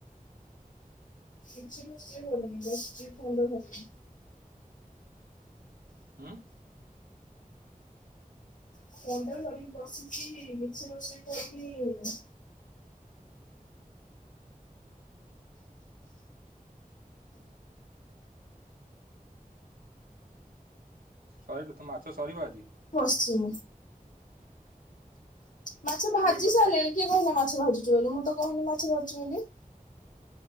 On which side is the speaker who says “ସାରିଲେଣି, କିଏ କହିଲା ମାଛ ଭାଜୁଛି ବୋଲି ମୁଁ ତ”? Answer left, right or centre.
Left